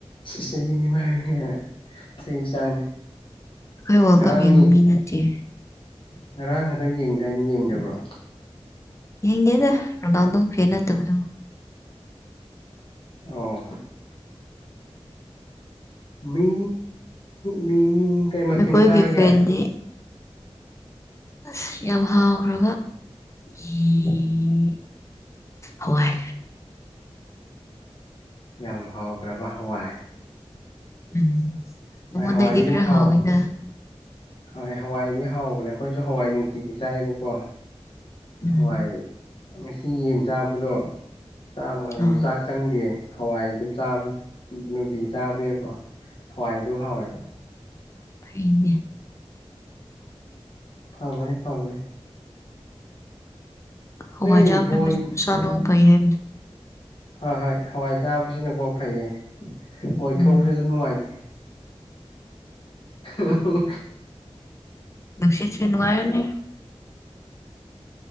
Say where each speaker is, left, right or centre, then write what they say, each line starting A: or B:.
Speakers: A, on the left; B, on the left.
A: ꯆꯍꯤ ꯑꯅꯤ ꯐꯔꯝꯃꯅꯤ ꯀꯥꯏꯅ ꯆꯩ ꯆꯥꯅꯤ
B: ꯑꯩꯈꯣꯏ ꯋꯥꯀꯝ
A: ꯉꯔꯥꯡꯅꯤ
B: ꯌꯦꯡꯉ ꯃꯤ ꯅꯠꯇꯦ
A: ꯉꯔꯥꯡ ꯉꯗꯥ ꯌꯦꯡꯗꯥꯏꯅ ꯌꯦꯡꯗꯕ꯭ꯔꯣ
B: ꯌꯦꯡꯗꯦꯗ ꯔꯣꯅꯥꯜꯗꯣꯒꯤ ꯐꯦꯟ ꯅꯥꯠꯇꯕꯗꯨꯕꯨ
A: ꯑꯣ ꯃꯤ ꯃꯤ ꯃꯤ ꯀꯩ ꯃꯊꯦꯜ
B: ꯑꯩꯈꯣꯏꯒꯤ
A: ꯆꯥꯔꯒꯦ
B: ꯐꯦꯟꯗꯤ ꯑꯁ ꯌꯥꯕ ꯍ꯭ꯔꯒ ꯎꯝ ꯍꯣꯏ
A: ꯌꯥꯝ ꯍꯥꯎꯈ꯭ꯔꯕ ꯍꯋꯥꯏ
B: ꯎꯝ ꯅꯉꯣꯟꯗ
A: ꯍꯣꯏ ꯍꯋꯥꯏꯗꯤ
B: ꯑꯩꯗꯤ
A: ꯑꯗꯨꯝ
B: ꯈꯔ
A: ꯍꯥꯎ
B: ꯍꯥꯎꯋꯦꯅꯦ
A: ꯍꯣꯏ ꯍꯋꯥꯏꯗꯤ ꯍꯥꯎꯕꯅꯦ ꯑꯩꯈꯣꯏꯁꯨ ꯍꯋꯥꯏ ꯅꯨꯡꯇꯤꯒꯤ ꯆꯥꯏꯕꯀꯣ
B: ꯎꯝ
A: ꯍꯣꯏ ꯉꯁꯤ ꯌꯦꯟ ꯆꯥꯕꯗꯣ ꯆꯥꯕ
B: ꯑꯥ
A: ꯆꯥꯛ ꯆꯪꯗꯤꯑ ꯍꯋꯥꯏ ꯑꯗꯨꯝ ꯆꯥꯕ ꯅꯨꯡꯇꯤꯒꯤ ꯆꯥꯕꯅꯤꯅꯀꯣ ꯍꯋꯥꯏꯁꯨ ꯑꯗꯨꯝ ꯍꯥꯎꯋꯦꯕ
B: ꯑꯩꯅꯦ
A: ꯐꯕꯅꯦ ꯐꯕꯅꯦ
B: ꯍꯋꯥꯏ
A: ꯅꯣꯏ
B: ꯆꯕꯥꯖꯦ
A: ꯕꯣꯏ
B: ꯀꯩꯍꯦ
A: ꯍꯣꯏ ꯍꯣꯏ ꯍꯋꯥꯏ ꯆꯥꯕꯁꯤꯅꯀꯣ ꯐꯩꯌꯦ ꯃꯣꯏ
B: ꯎꯝ
A: ꯊꯣꯛꯎꯄꯁꯨ ꯑꯗꯨꯝ ꯅꯨꯡꯉꯥꯏꯕꯅꯤ ꯎ ꯎ
B: ꯅꯨꯡꯁꯤꯠꯁꯨ ꯅꯨꯡꯉꯥꯏꯔꯅꯤ